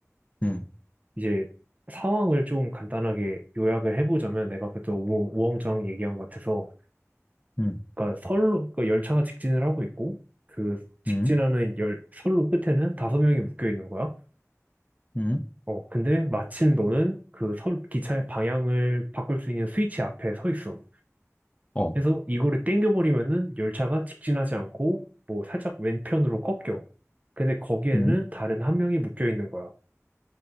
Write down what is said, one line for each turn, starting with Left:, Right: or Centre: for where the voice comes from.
Left: 음,
Right: 이제 상황을 좀 간단하게 요약을 해보자면 내가 그때 우왕좌 왕 얘기한 것 같아서
Left: 음,
Right: 그러니까 선로 그 열차가 직진을 하고 있고 그 직진하는
Left: 음,
Right: 열 선로 끝에는 다섯 명이 묶여 있는 거야.
Left: 음,
Right: 어 근데 마침 너는 그 선 기차의 방향을 바꿀 수 있는 스위치 앞에 서 있어.
Left: 어.
Right: 그래서 이거를 땡겨버리면은 열차가 직진하지 않고 뭐 살짝 왼편으로 꺾여. 근데 거기에는
Left: 음.
Right: 다른 한 명이 묶여 있는 거야.